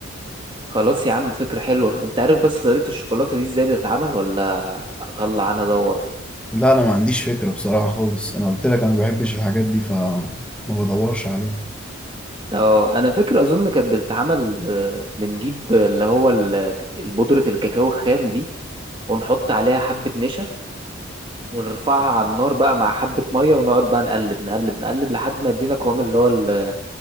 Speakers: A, on the right; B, in the centre.
A: خلاص يا عم فكرة حلوة انت عارف بس طريقة الشوكولاتة دي ازاي بتتعمل ولا اطلع انا ادور
B: لا انا ما عنديش فكره بصراحه خالص انا قلت لك انا ما بحبش الحاجات دي فما بدورش عليها
A: اه انا فاكر اظن كانت بتتعمل آه، بنجيب اللي هو ال- البودرة الكاكاو الخام دي ونحط عليها حبة نشا ونرفعها على النار بقى مع حبة مية ونقعد بقى نقلب نقلب نقلب لحد ما يدينا قوام اللي هو ال-